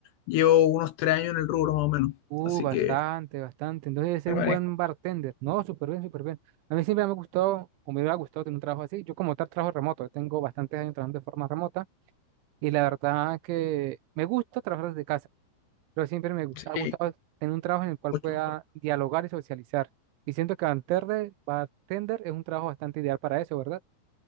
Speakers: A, on the left; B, on the right.
A: Llevo unos tres años en el rubro más o menos,
B: Uh,
A: así
B: bastante,
A: que
B: bastante. Entonces, debe ser
A: me
B: un
A: manejo.
B: buen bartender. No, súper bien, súper bien. A mí siempre me ha gustado, o me hubiera gustado tener un trabajo así. Yo, como tal, trabajo remoto. Tengo bastantes años trabajando de forma remota y la verdad que me gusta trabajar desde casa. pero siempre me gusta,
A: Sí,
B: ha gustado tener un trabajo en el cual
A: mucho
B: pueda
A: mejor.
B: dialogar y socializar. Y siento que bartender, bartender es un trabajo bastante ideal para eso, ¿verdad?